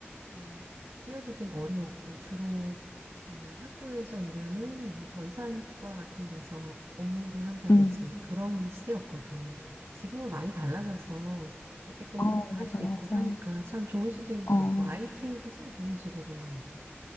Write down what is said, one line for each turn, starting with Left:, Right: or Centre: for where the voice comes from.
Right: 어, 뛰어들긴 어려웠고 주로 뭐 학교에서 일하는 무슨 전산과 같은 데서 업무를 한다든지
Left: 음.
Right: 그런 시대였거든. 지금은 많이 달라져서 재택근무도
Left: 어,
Right: 할
Left: 맞아,
Right: 수
Left: 맞아.
Right: 있고 하니까 참 좋은 시대인 것
Left: 어.
Right: 같고 아이 키우기 참 좋은 직업인 것 같아.